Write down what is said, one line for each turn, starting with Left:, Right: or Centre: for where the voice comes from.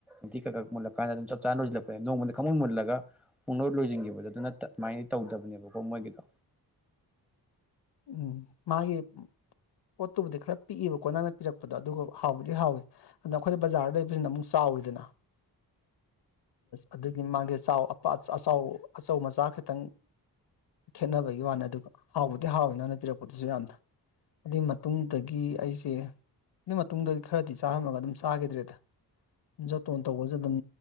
Centre: ꯑꯇꯤ ꯈꯛ ꯃꯨꯂꯀꯥꯟꯗ ꯑꯗꯨꯝ ꯆꯞ ꯆꯥꯅ ꯂꯁꯤꯜꯂꯛꯄ ꯅꯣꯡꯃꯗ ꯈꯪꯃꯣꯏ ꯃꯨꯜꯂꯒ ꯄꯨꯡꯅꯧ ꯂꯣꯏꯁꯤꯟꯈꯤꯕꯗꯣ ꯑꯗꯨꯅ ꯑꯗꯨꯃꯥꯏꯅ ꯇꯧꯗꯕꯅꯦꯕꯀꯣ ꯃꯣꯏꯒꯤꯗꯣ
Left: ꯎꯝ ꯃꯥꯒꯤ ꯄꯣꯠꯇꯨꯕꯨꯗꯤ ꯈꯔ ꯄꯤꯛꯏꯕꯀꯣ ꯅꯪꯅ ꯄꯤꯔꯛꯄꯗꯣ ꯑꯗꯨꯒ ꯍꯥꯎꯕꯨꯗꯤ ꯍꯥꯎꯏ ꯑꯗꯣ ꯑꯩꯈꯣꯏꯅ ꯕꯖꯥꯔꯗ ꯂꯩꯕꯁꯤꯅ ꯑꯃꯨꯛ ꯆꯥꯎ ꯍꯥꯎꯏꯗꯅ ꯑꯗꯨꯒꯤ ꯃꯥꯡꯒꯤ ꯑꯥ ꯑꯆꯧ ꯃꯆꯥ ꯈꯤꯇꯪ ꯈꯦꯠꯅꯕꯒꯤ ꯋꯥꯅꯦ ꯑꯗꯨꯒ ꯍꯥꯎꯕꯗꯤ ꯍꯥꯎꯋꯤ ꯅꯅ ꯄꯤꯔꯛꯄꯗꯨꯁꯨ ꯌꯥꯝꯅ ꯑꯗꯨꯏ ꯃꯇꯨꯡꯗꯒꯤ ꯑꯩꯁꯦ ꯑꯗꯨꯏ ꯃꯇꯨꯡꯗꯤ ꯈꯔꯗꯤ ꯆꯥꯔꯝꯃꯒ ꯑꯗꯨꯝ ꯆꯥꯈꯤꯗ꯭ꯔꯦꯗ ꯖꯇꯣꯟ ꯇꯧꯕꯁꯨ ꯑꯗꯨꯝ